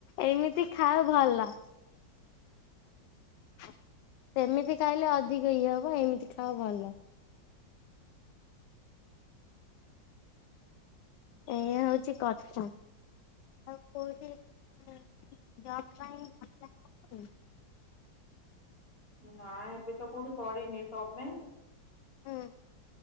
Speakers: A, on the left (about 75°); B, on the left (about 45°).
A: ଏମିତି ଖାଅ ଭଲ। ସେମିତି ଖାଇଲେ ଅଧିକ ଇଏ ହବ ଏମିତି ଖାଅ ଭଲ। ଏଇଆ ହଉଛି କଥା ଆଉ କଉଠି ଜବ ପାଇଁ <inaudible>
B: ନା ଏବେ ତ କୋଉଠି କରିନି ତମେ?
A: ଉଁ।